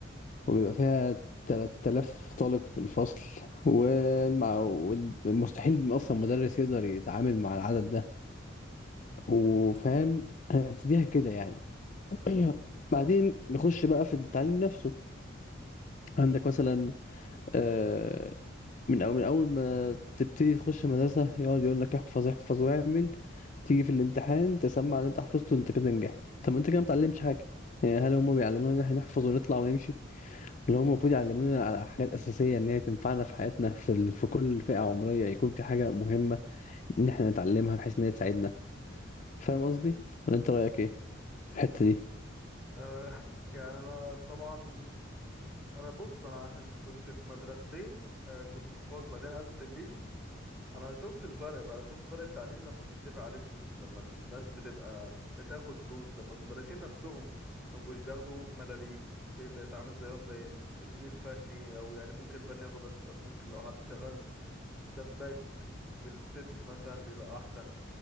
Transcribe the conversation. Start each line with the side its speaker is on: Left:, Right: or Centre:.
Left: وبيبقى فيها 3000 طالب في الفصل والمع- والمستحيل أصلا مدرس يقدر يتعامل مع العدد ده وفاهم هنبتديها كده يعني <clears throat> بعدين نخش بقى في التعليم نفسه عندك مثلا آه، من أول من أول ما تبتدي تخش مدرسة يقعد يقول لك احفظ احفظ واعمل تيجي في الامتحان تسمع اللي انت حفظته انت كده نجحت طب ما انت كده ما بتعلمش حاجة يعني هل هم بيعلمونا ان احنا نحفظ ونطلع ونمشي ولا هم المفروض يعلمونا على حاجات أساسية ان هي تنفعنا في حياتنا في ال... في كل فئة عمرية يكون في حاجة مهمة ان احنا نتعلمها بحيث ان هي تساعدنا فاهم قصدي
Centre: امم
Left: ولا انت رأيك ايه في الحتة دي
Centre: آه <laughs> يعني انا طبعا انا بص انا عشان كنت في مدرستين آه كنت في خاص بعدين قلت تجريبي انا شفت الفرق فعلا شفت فرق التعليم لما بيدفع عليه فلوس لما الناس بتبقى بتاخد فلوس لما المدرسين نفسهم ما بيبقوش بياخدوا ملاليم بي- بيتعامل زيهم زي ال- ال- الفني او يعني ممكن الفني ياخد اكتر ممكن لو حد شغال سباك بالتبس مثلا بيبقى احسن